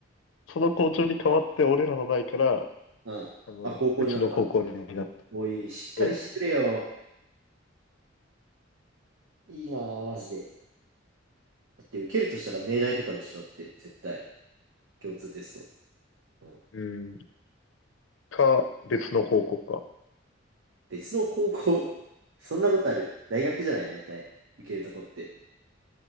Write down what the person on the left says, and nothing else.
その校長に代わって、俺らの代から、
あの、
うちの高校になった
と、
うん、か、別の高校か。